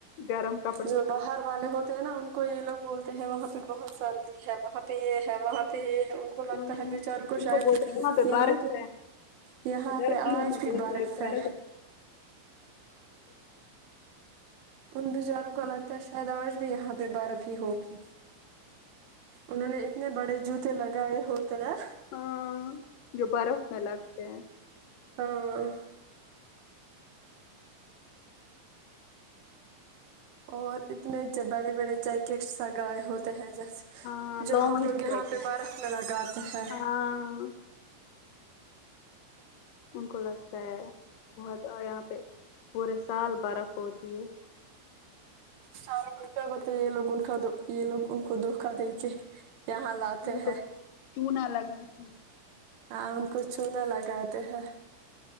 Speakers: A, on the left; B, on the right.
A: گرم کپڑے
B: جو باہر والے ہوتے ہیں نا ان کو یہ لوگ بولتے ہیں وہاں پہ بہت سردی ہے وہاں پہ یہ ہے وہاں پہ یہ ہے کو
A: ان
B: لگتا ہے بچاروں کو شاید
A: بولتے ہیں وہاں
B: یہاں
A: بارش
B: پہ
A: ہے
B: یہاں
A: گرمی
B: پہ آج
A: میں
B: بھی
A: بولتے
B: برف
A: ہیں بارش
B: ہے ان بیچاروں کو لگتا ہے شاید آج بھی یہاں پہ برف ہی ہوگی انہوں نے اتنے بڑے جوتے لگائے ہوتے ہیں
A: ہاں جو برف میں لگتے ہیں
B: ہاں اور اتنے بڑے بڑے جیکٹس لگائے ہوتے ہیں جیسے
A: ہاں
B: جو
A: لانگ
B: ہم لوگ یہاں
A: جیکٹ
B: پہ برف میں لگاتے ہیں
A: ہاں ان کو لگتا ہے بہت یہاں پہ پورے سال برف ہوتی ہے
B: ساروں کو کیا بتا یہ لوگ ان کا یہ لوگ ان کو دھوکا دے کے یہاں لاتے
A: ان
B: ہیں
A: کو چونا لگتی
B: ہاں ان کو چونا لگاتے ہیں